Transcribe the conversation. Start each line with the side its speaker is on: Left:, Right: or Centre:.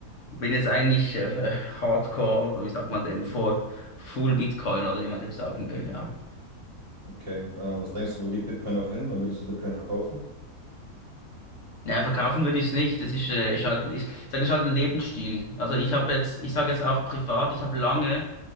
Left: Bin jetzt eigentlich äh, äh, Hardcore, wie sagt man dem, Full Full Bitcoin oder wie man dem sagen will, ja.
Right: Okay. Ähm, was denkst du, wo geht Bitcoin noch hin? Wann würdest du Bitcoin verkaufen?
Left: Ja, verkaufen würde ich es nicht. Das ist, äh, ist halt, ich sage, ist halt ein Lebensstil. Also ich habe jetzt, ich sage jetzt auch privat, ich habe lange,